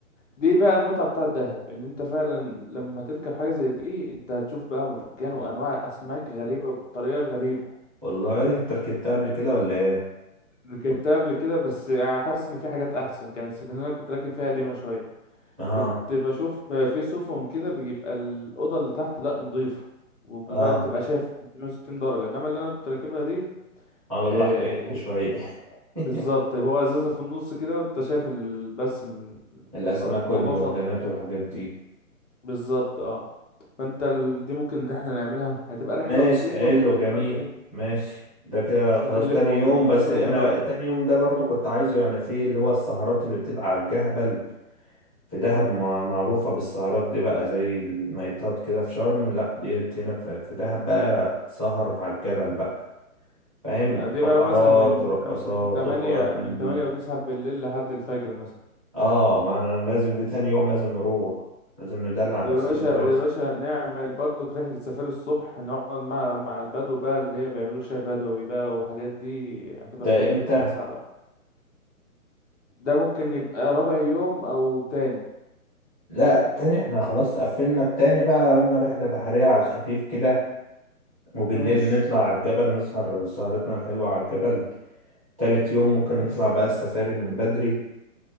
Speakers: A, on the left (about 55°); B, on the right (about 25°).
A: دي بقى المتعة بتاعة الدهب ان انت فعلا لما تركب حاجة زي دي انت هتشوف بقى مرجان وانواع اسماك غريبة بطريقة غريبة
B: والله انت ركبتها قبل كده ولا ايه
A: ركبتها قبل كده بس حاسس ان في حاجات احسن كانت السفينة اللي انا كنت راكب فيها قديمة شوية
B: اه
A: كنت بشوف في سفن كده بيبقى الأوضة اللي تحت لا نضيفة وبقى
B: اه
A: بتبقى شايف 360 درجة انما اللي انا كنت راكبها دي
B: على
A: آه،
B: الله حكايتها
A: هي-
B: شوية <laughs>
A: بالظبط هو ازازة في النص كده وانت شايف ال- بس من
B: الاسماك
A: الموضوع
B: والمرجانات
A: سطحي كده
B: والحاجات دي
A: بالظبط اه فانت ال... دي ممكن رحلة نعملها هتبقى رحلة
B: ماشي
A: بسيطة
B: حلو
A: وفي نفس
B: جميل
A: الوقت ايه
B: ماشي ده كده
A: مش
B: خلاص
A: مكلفة
B: تاني
A: ومش
B: يوم بس
A: هتاخد
B: انا
A: من وقتك
B: تاني يوم ده برضو كنت عايزه يعني في اللي هو السهرات اللي بتبقى على الجبل في دهب
A: امم
B: مع- معروفة بالسهرات دي بقى زي النايتات كده في شرم لا دي هنا في في دهب بقى سهر على الجبل بقى فاهم
A: دي
B: فقرات
A: بقى مثلا من
B: ورقصات
A: تم- من تمانية
B: وحوارات من
A: من تمانية
B: دي
A: وتسعة بالليل لحد الفجر مثلا
B: اه ما انا لازم دي تاني يوم لازم نروح لازم ندلع نفسنا
A: ويا باشا
B: يا باشا
A: ويا باشا نعمل برضك رحلة سفاري الصبح نقعد مع مع البدو بقى اللي هي بيعملوا شاي بدوي بقى والحاجات دي هتبقى
B: ده
A: في حتة
B: امتى
A: تسعة بقى ده ممكن يبقى رابع يوم أو تاني
B: لا تاني احنا خلاص قفلنا التاني بقى قلنا رحلة بحرية على الخفيف كده وبالليل
A: ماشي
B: نطلع على الجبل نسهر سهرتنا الحلوة على الجبل تالت يوم ممكن
A: ماشي
B: نطلع بقى السفاري من بدري